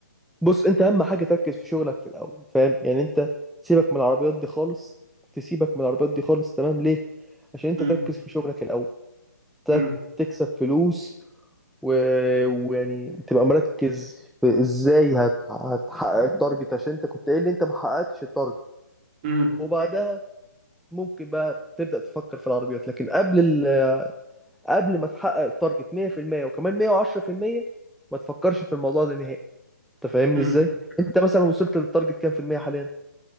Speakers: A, in the centre; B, on the right (about 25°).
A: بص انت اهم حاجه تركز في شغلك في الاول فاهم يعني انت تسيبك من العربيات دي خالص تسيبك من العربيات دي خالص تمام ليه عشان انت
B: امم
A: تركز في شغلك الاول تك-
B: امم
A: تكسب فلوس و... ويعني تبقى مركز في ازاي هت... هتحقق التارجت عشان انت كنت قايل لي انت ما حققتش التارجت
B: امم
A: وبعدها ممكن بقى تبدأ تفكر في العربيات لكن قبل ال... قبل ما تحقق التارجت 100% وكمان 110% ما تفكرش في الموضوع ده نهائي انت فاهمني
B: امم
A: ازاي انت مثلا وصلت للتارجت كام في المية حاليا